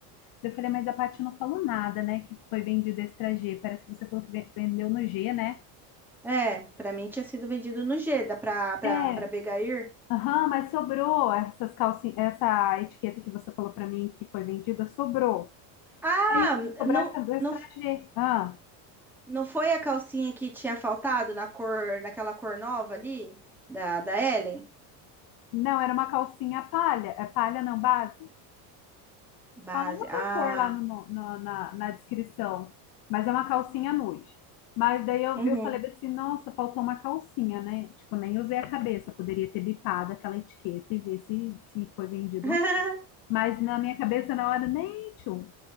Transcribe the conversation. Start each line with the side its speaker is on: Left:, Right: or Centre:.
Left: Eu falei, mas a Paty não falou nada, né? Que foi vendido Extra G. Parece que você falou que ve- vendeu no G, né?
Centre: É, pra mim tinha sido vendido no Geda pra, pra,
Left: É,
Centre: pra Begair.
Left: aham, mas sobrou essas calcinhas, essa etiqueta que você falou pra mim que foi vendida, sobrou.
Centre: Ah,
Left: Aí sobrou
Centre: não,
Left: essa do Extra
Centre: não,
Left: G. Ah,
Centre: não foi a calcinha que tinha faltado na cor, naquela cor nova ali? Da, da Ellen?
Left: não, era uma calcinha palha, é palha não, base.
Centre: Base.
Left: Fala outra
Centre: Ah.
Left: cor lá no, no- no- na, na descrição, mas é uma calcinha nude. Mas daí eu,
Centre: Uhum.
Left: eu falei bem assim, nossa, faltou uma calcinha, né? Tipo, nem usei a cabeça, poderia ter bipado aquela etiqueta e ver se, se foi vendido.
Centre: <laughs>
Left: ou não. Mas na minha cabeça, na hora, nem tchum.